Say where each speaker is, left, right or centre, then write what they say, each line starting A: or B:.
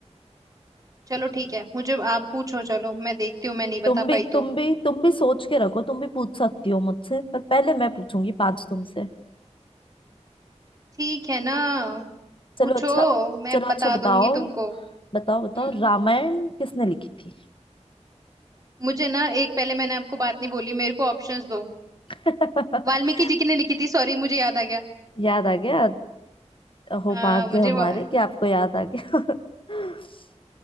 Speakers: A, on the right; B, on the left.
A: चलो ठीक है मुझे आप पूछो चलो मैं देखती हूँ मैं नहीं
B: तुम
A: बता
B: भी
A: पाई
B: तुम
A: तो
B: भी तुम भी सोच के रखो तुम भी पूछ सकती हो मुझसे पर पहले मैं पूछूंगी पांच तुमसे
A: ठीक है ना
B: चलो
A: पूछो
B: अच्छा
A: मैं
B: चलो
A: बता
B: अच्छा बताओ
A: दूंगी तुमको
B: बताओ
A: हम्म
B: बताओ रामायण किसने लिखी थी
A: मुझे ना एक पहले मैंने आपको बात नहीं बोली मेरे को ऑप्शंस दो
B: <laughs>
A: वाल्मीकि जी की ने लिखी थी सॉरी मुझे याद आ गया
B: याद आ गया हो
A: हाँ
B: भाग्य
A: मुझे
B: हमारे
A: वा-
B: कि आपको याद आ गया <laughs>